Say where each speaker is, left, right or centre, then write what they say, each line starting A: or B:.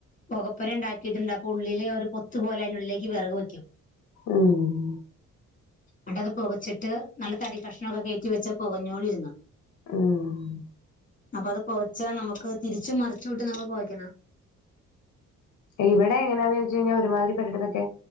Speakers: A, on the left; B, on the left.
A: പുകപ്പുര ഉണ്ടാക്കിയിട്ടുണ്ട് അപ്പൊ ഉള്ളില് ഒരു പൊത്ത് പോലെ അതിനുള്ളിലേക്ക് വിറക് വെക്കും,
B: ഉം
A: ങ്ങ്ട്ടത് പുകച്ചിട്ട് നല്ല തടി കക്ഷണംക്കെ കയറ്റി വെച്ച് പൊകഞ്ഞോളുരുന്ന്
B: ഉം
A: അപ്പൊ അത് പൊകച്ചാ നമുക്ക് തിരിച്ചും മറിച്ചു ഇട്ട് നമ്മള് പോയ്ക്കണം,
B: ഇവിടെ എങ്ങനെയാന്ന് ചോയ്ച്ച് കഴിഞ്ഞാൽ ഒരുമാതിരി പെട്ടതൊക്കെ